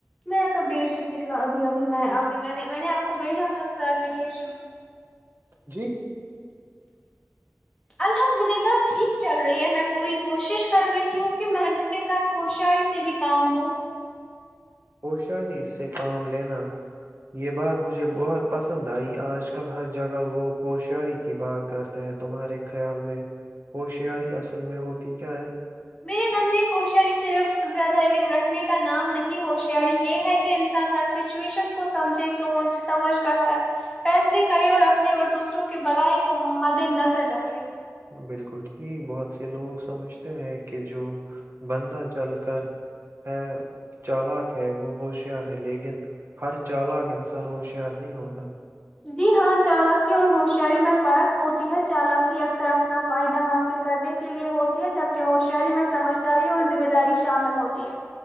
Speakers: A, on the left; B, on the right.
A: میرا تو ڈٹ سٹ نکلا ابھی ابھی میں آپ نے نے میں نے آپ کو بھیجا تھا سر نے ڈٹ
B: جی
A: الحمد للہ ٹھیک چل رہی ہے میں پوری کوشش کر رہی ہوں کہ محنت کے ساتھ ہوشاری سے بھی کام لوں
B: ہوشیاری سے کام لینا یہ بات مجھے بہت پسند آئی آج کل ہر جگہ لوگ ہوشیاری کی بات کرتے ہیں تمہارے خیال میں ہوشیاری اصل میں ہوتی کیا ہے
A: میرے نزدیک ہوشیاری صرف زیادہ علم رکھنے کا نام نہیں ہوشیاری یہ ہے کہ انسان ہر سچویشن کو سمجھے سوچ سمجھ کر ہر فیصلے کرے اور اپنے اور دوسروں کے بلائی کو مد نظر رکھے
B: بالکل ٹھیک بہت سے لوگ سمجھتے ہیں کہ جو بندہ چل کر ہے چالک ہے وہ ہوشیار ہے لیکن ہر چالک انسان ہوشیار نہیں ہوتا
A: جی ہاں چالاکی اور ہوشیاری میں فرق ہوتی ہے چالاکی اکثر اپنا فائدہ حاصل کرنے کے لیے ہوتی ہے جبکہ ہوشیاری میں سمجھداری اور ذمہ داری شامل ہوتی ہے